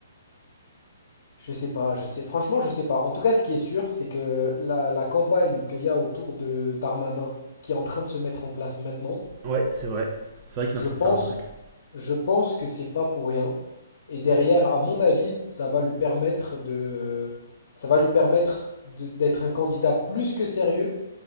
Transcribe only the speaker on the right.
Ouais, c'est vrai. C'est vrai qu'il
est en train
de faire un truc.